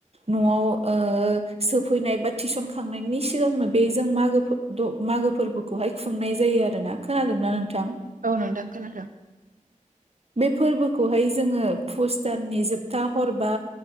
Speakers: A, on the right; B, on the right.
A: न'आव ओ सोफैनाय बा थिसनखांनायनि सिगांनो बेजों जों मागो द मागो फोरबोखौहाय खुंनाय जायो आरो ना खोनादोंना नोंथां?
B: औ नोंथां खोनादों।
A: बे फोरबोखौहाय जोङो फुस दाननि जोबथा हर बा